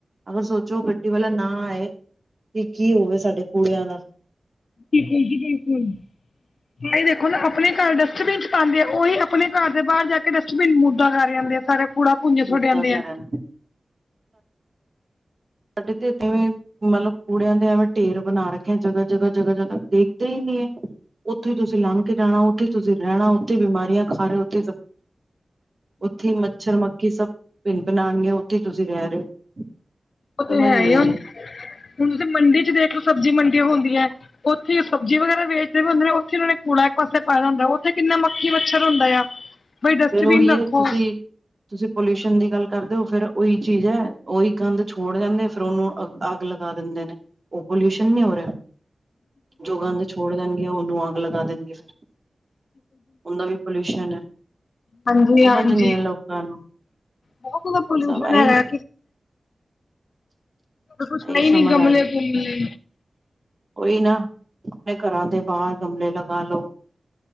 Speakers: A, on the right (about 45°); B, on the left (about 75°).
A: ਅਗਰ ਸੋਚੋ ਗੱਡੀ ਵਾਲਾ ਨਾ ਆਏ ਤੇ ਕੀ ਹੋਵੇ ਸਾਡੇ ਕੁੜਿਆਂ ਦਾ
B: ਹੀ ਹੀ ਹੀ ਬਿਲਕੁਲ ਭਾਈ ਦੇਖੋ ਨਾ ਆਪਣੇ ਘਰ ਡਸਟਬਿਨ ਚ ਪਾਉਂਦੇ ਆ ਉਹੀ ਆਪਣੇ ਘਰ ਦੇ ਬਾਹਰ ਜਾ ਕੇ ਡਸਟਬਿਨ ਮੂਦਾ ਕਰ ਰਿਹਾ ਸਾਰਾ ਕੂੜਾ ਭੁੰਜੇ
A: ਮੁੱਦਾ
B: ੋਡੇ ਆਦੇ
A: ਕਰਨ
B: ਆ
A: ਸਾਡੇ ਤੇਵੇਂ ਮਤਲਬ ਕੂੜਿਆਂ ਦੇ ਐਵੇਂ ਢੇਰ ਬਣਾ ਰੱਖੇ ਜਗ੍ਹਾ ਜਗ੍ਹਾ ਜਗ੍ਹਾ ਜਗ੍ਹਾ ਦੇਖਦੇ ਹੀ ਨਹੀਂ ਉਥੇ ਹੀ ਹ ਉੱਥੇ ਤੁਸੀਂ ਲੰਘ ਕੇ ਜਾਣਾ ਉੱਥੇ ਤੁਸੀਂ ਰਹਿਣਾ ਉੱਥੇ ਬਿਮਾਰੀਆਂ ਖਾ ਰਹੇ ਉੱਥੇ ਸ ਉੱਥੇ ਮੱਛਰ ਮੱਕੀ ਸਭ ਭਿੰਨ ਭਨ ਆਉਣਗੀਆਂ ਉੱਥੇ ਤੁਸੀਂ ਰਹਿ ਰਹੇ ਹੋ
B: ਉਹ ਤਾਂ
A: ਸਮਝ
B: ਹੈ
A: ਨੀ
B: ਹੀ
A: ਆਣਾ
B: ਹੁਣ ਹੁਣ ਤੁਸੀਂ ਮੰਡੀ ਚ ਦੇਖ ਲਓ ਸਬਜ਼ੀ ਮੰਡੀ ਹਣ ਉੱਥੇ ਉਹ ਸਬਜ਼ੀ ਵਗੈਰਾ ਵੇਚਦੇ ਵੀ ਹੁੰਦੇ ਨੇ ਉੱਥੇ ਉਹਨਾਂ ਨੇ ਕੂੜਾ ਇੱਕ ਪਾਸੇ ਪਾਇਏਦਾ ਹੁੰਦਾ ਉੱਥੇ ਕਿੰਨਾ ਮੱਖੀ ਮੱਛਰ ਹੁੰਦਾ ਆ ਬਈ ਡਸਟਬਿਨ
A: ਫੇਿਰ ਉਹੀ
B: ਰੱਖੋ
A: ਹੈ ਤੁਸੀਂ ਤੁਸੀਂ ਪੋਲਿਊਸ਼ਨ ਦੀ ਗੱਲ ਕਰਦੇ ਹੋ ਫੇਿਰ ਉਹੀ ਚੀਜ਼ ਹੈ ਉਓਹੀ ਗੰਧ ਛੋੜ ਜਾਂਦੇ ਫੇਿਰ ਉਹਨੂੰ ਅ ਅੱਗ ਲਗਾ ਦਿੰਦੇ ਨੇ ਉਹ ਪੋਲਿਊਸ਼ਨ ਨਹੀਂੀ ਹੋ ਰਿਹਾ ਜੋ ਗੰਦ ਛੋੜ ਦੇਣਗੇ ਉਹਨੂੰ ਅੱਗ ਲਗਾ ਦੇਣਗੇ ਫਿਰ ਉਹਦਾ ਵੀ ਪੋਲਿਊਸ਼ਨ ਹੈ
B: ਹਾਂਜੀ
A: ਸਮਝ
B: ਹਾਂਜੀ
A: ਨੀ ਹੈ ਲੋਕਾਂ ਨੂੰ
B: ਬਹੁਤਦਾ ਪੋਲਿਊਸ਼ਨ
A: ਸਭ ਇਹੀ
B: ਹੈਗਾ ਕੁਛ
A: ਇਹੀ
B: ਹੈ
A: ਸਮਝ
B: ਹੀ ਨੀ ਗਮਲੇ ਗਮਲੇ
A: ਕੋਈ ਨਾ ਆਪਣੇ ਘਰਾਂ ਦੇ ਬਾਹਰ ਗਮਲੇ ਲਗਾ ਲੋ